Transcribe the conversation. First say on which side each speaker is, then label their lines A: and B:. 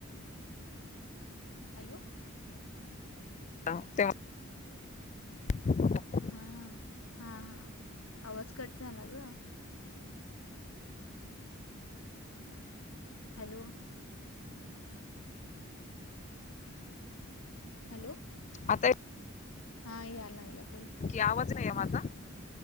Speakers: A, on the left (about 85°); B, on the left (about 35°).
A: हॅलो.
B: आत्या. <inaudible>
A: अ, हा हा, आवाज कट झाला गं हॅलो. हॅलो.
B: आता ये
A: हा यायला लागलाय बोल कि?
B: कि आवाज नाही ये माझा,